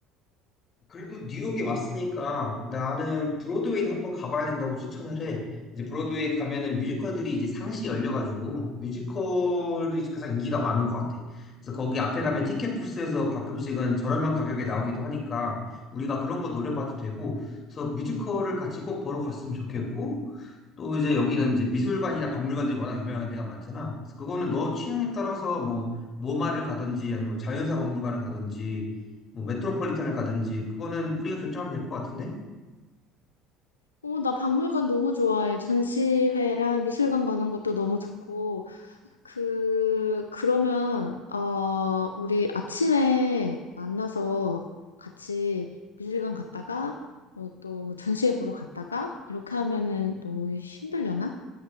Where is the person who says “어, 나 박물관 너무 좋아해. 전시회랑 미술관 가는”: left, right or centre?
Left